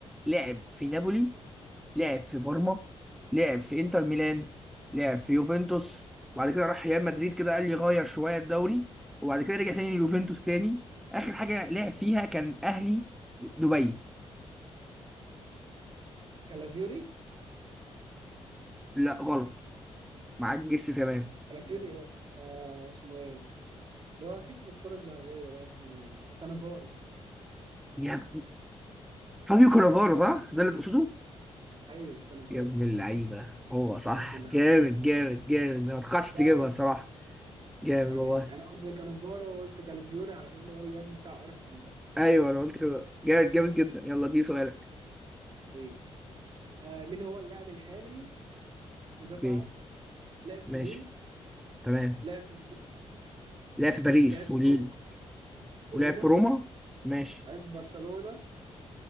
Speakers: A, in the centre; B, on the right.
A: لعب في نابولي لعب في بارما لعب في انتر ميلان لعب في يوفنتوس وبعد كده راح ريال مدريد كده قال لي غير شويه الدوري وبعد كده رجع تاني ليوفنتوس تاني اخر حاجه لعب فيها كان اهلي دبي
B: كالافيوري
A: لا غلط معاك جس تمام
B: كالافيوري ايه آه اسمه ايه اللي هو كسب الكرة الذهبية ده اسمه كانافارو
A: يا ابن- فابيو كانافارو صح ده اللي تقصده
B: ايوه كانافارو
A: يا ابن اللعيبه هو صح
B: يا ابن اللعيبه
A: جامد
B: على السلامة.
A: جامد جامد انا ما توقعتش تجيبها
B: جامد
A: الصراحه جامد
B: عليك
A: والله
B: انا قصدي كانافارو قلت كالفيوري على اساس اللي هو الواد بتاع ارسنال ده
A: ايوه انا قلت كده جامد جامد جدا يلا دي سؤالك
B: ايوه آه مين هو اللاعب الحالي وده
A: اوكي
B: صعب لعب في
A: ماشي
B: ليل
A: تمام
B: لعب في باريس
A: لعب في باريس
B: لعب في
A: وليل
B: روما
A: ولعب
B: وروما
A: في روما ماشي
B: بعدين في برشلونه